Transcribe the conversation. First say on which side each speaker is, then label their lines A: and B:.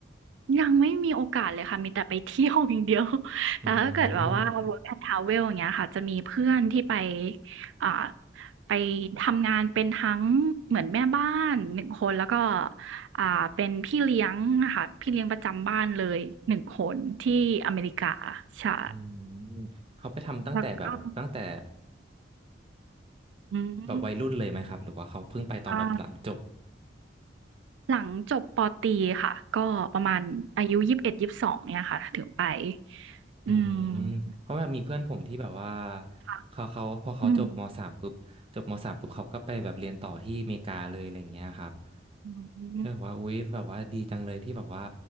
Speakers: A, on the right; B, on the right.
A: ยังไม่มีโอกาสเลยค่ะมีแต่ไปเที่ยวอย่างเดียว <laughs>
B: อื
A: แต่ถ้าเกิดแบบว่า
B: ม
A: work and travel อย่างเงี้ยค่ะจะมีเพื่อนที่ไปอ่าไปทำงานเป็นทั้งเหมือนแม่บ้าน1คนแล้วก็อ่าเป็นพี่เลี้ยงอะค่ะพี่เลี้ยงประจำบ้านเลย1คนที่อเมริกาใช่
B: อืมเขาไปทำตั้งแต่แบบตั้งแต่
A: แล้วก็อืม
B: แบบวัยรุ่นเลยไหมครับหรือว่าเขาเพิ่งไปตอนแบบหลังจบ
A: อ่าหลังจบปตรีค่ะก็ประมาณอายุ21-22เอ็ดยี่สิบสองเนี่ยค่ะถึงไป
B: อืมเพราะแบบมีเพื่อนผมที่แบบว่า
A: อืมค่ะ
B: เขาเขาพอเขาจบมสามปุ๊บจบมสามปุ๊บเขาก็ไปแบบเรียนต่อที่อเมริกาเลยอะไรอย่างเงี้ยครับ
A: อืม อืม
B: ก็แบบว่าอุ๊ยแบบว่าดีจังเลยที่แบบว่า